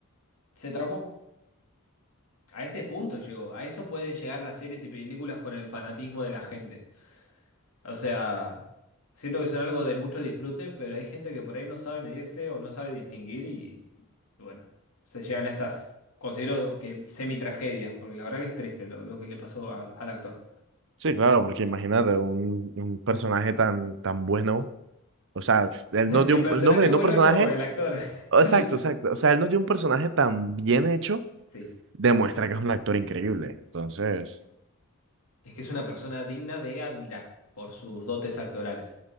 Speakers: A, on the left; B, on the right.
A: Se traumó. A ese punto llegó. A eso pueden llegar las series y películas con el fanatismo de la gente. O sea, siento que son algo de mucho disfrute, pero hay gente que por ahí no sabe medirse o no sabe distinguir y, y bueno, se llegan a estas, considero que semi-tragedias, porque la verdad que es triste lo, lo que le pasó al, al actor.
B: Sí, claro, porque imagínate un, un personaje tan, tan bueno, o sea,
A: <laughs>
B: él no dio
A: El
B: un,
A: personaje
B: el nombre
A: bueno,
B: de un personaje,
A: no, el actor. <laughs>
B: exacto,
A: El-
B: exacto, o sea, él no dio un personaje tan bien hecho
A: Sí.
B: demuestra que es un actor increíble. Entonces,
A: Es que es una persona digna de admirar por sus dotes actorales.